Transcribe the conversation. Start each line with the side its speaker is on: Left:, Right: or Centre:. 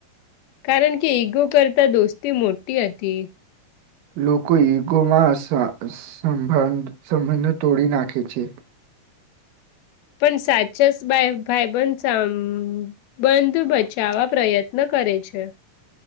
Left: કારણ કે ઈગો કરતા દોસ્તી મોટી હતી.
Right: લોકો ઇગોમાં સંબંધો તોડી નાખે છે.
Left: પણ સાચે ભાઈબંધ સંબંધ બચાવવા પ્રયત્ન. કરે છે.